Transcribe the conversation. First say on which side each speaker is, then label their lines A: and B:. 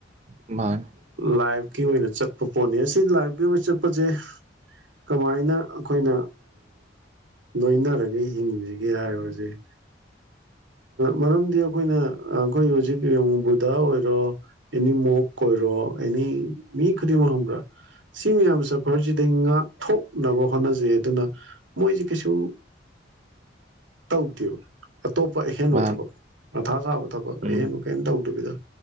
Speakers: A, on the right; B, on the right.
A: ꯃꯥ
B: ꯂꯥꯏꯚꯀꯤ ꯑꯣꯏꯅ ꯆꯠꯄ ꯄꯣꯠꯅꯤ ꯑꯁꯤ ꯂꯥꯏꯕꯀꯤ ꯑꯣꯏꯅ ꯆꯠꯄꯁꯦ ꯀꯃꯥꯏꯅ ꯑꯩꯈꯣꯏꯅ ꯂꯣꯏꯅꯔꯒ ꯍꯤꯡꯁꯤꯒꯦ ꯍꯥꯏꯕꯁꯦ ꯎ ꯃꯔꯝꯗꯤ ꯑꯩꯈꯣꯏꯅ ꯑꯩꯈꯣꯏ ꯍꯧꯖꯤꯛ ꯌꯦꯡꯉꯨ ꯕꯨꯙ ꯑꯣꯏꯔꯣ ꯏꯅꯤꯃꯨ ꯀꯣꯏꯔꯣ ꯑꯦꯅꯦ ꯃꯤ ꯀꯇꯤꯃ ꯍꯨꯝꯒ꯭ꯔ ꯁꯤ ꯃꯌꯥꯝ ꯁꯐꯔꯁꯤꯗꯩ ꯉꯥꯛꯊꯣꯛꯅꯕ ꯍꯣꯠꯅꯖꯩ ꯑꯗꯨꯅ ꯃꯣꯏꯁꯤ ꯀꯩꯁꯨ ꯇꯧꯗꯦꯕ ꯑꯇꯣꯞꯄ ꯑꯍꯦꯟꯕ
A: ꯃꯥꯅꯦ
B: ꯊꯕꯛ ꯃꯊꯥ ꯁꯥꯕ ꯊꯕꯛ
A: ꯎꯝ
B: ꯑꯍꯦꯟꯕ ꯀꯩꯅꯝ ꯇꯧꯗꯕꯤꯗ